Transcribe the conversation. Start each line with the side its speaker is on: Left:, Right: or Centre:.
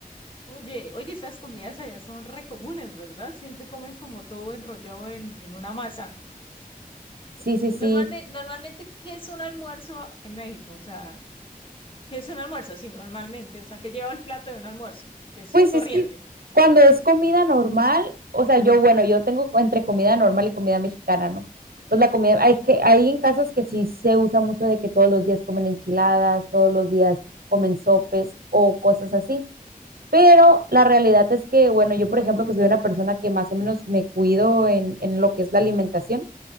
Left: Oye, oye, esas comidas allá son re comunes, ¿verdad? Siempre comen como todo enrollado en, en una masa.
Right: Sí, sí, sí.
Left: Normalmente, normalmente, ¿qué es un almuerzo en México? O sea, ¿qué es un almuerzo? Sí, normalmente. O sea, ¿qué lleva el plato de un almuerzo? Que es
Right: Pues
Left: corriente.
Right: es que cuando es comida normal, o sea, yo, bueno, yo tengo entre comida normal y comida mexicana, ¿no? Pues la comida, hay que, hay en casas que sí se usa mucho de que todos los días comen enchiladas, todos los días comen sopes o cosas así. Pero la realidad es que, bueno, yo por ejemplo, que soy una persona que más o menos me cuido en, en lo que es la alimentación,